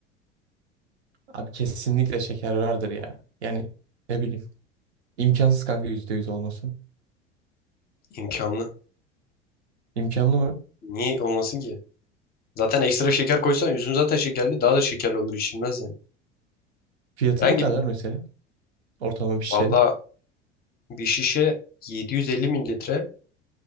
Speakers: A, on the right (about 70°); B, on the left (about 30°).
A: Abi kesinlikle şeker vardır ya. Yani ne bileyim. İmkansız kanka %100 olması.
B: İmkanlı.
A: İmkanlı mı?
B: Niye olmasın ki? Zaten ekstra şeker koysan üzüm zaten şekerli daha da şekerli olur içilmez yani.
A: Fiyatı
B: Herhangi
A: ne kadar mesela? Ortalama bir şişenin.
B: valla bir şişe 750 mililitre